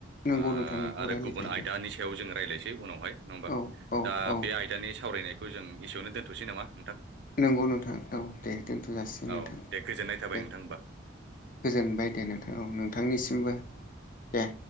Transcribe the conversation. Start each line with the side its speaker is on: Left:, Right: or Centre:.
Left: नंगौ
Right: ओ
Left: नोंथां नोंखौ
Right: आरो
Left: रायज्लायजायो
Right: गुबुन आइ नि सायाव जोङो रायलायनोसै उनावहाय नङा होमबा?
Left: औ औ
Right: दा
Left: औ
Right: बे आयदानि सा सावरायनायखौ जों एसेयाव दोनथ'सै नामा नोंथां?
Left: नंगौ नोंथां औ दे दोनथ'जासिगोन
Right: औ
Left: नोंथां
Right: दे गोजोननाय थाबाय
Left: दे।
Right: नोंथां होमबा
Left: गोजोनबाय दे नोंथां औ नोंथांनिसिमबो दे।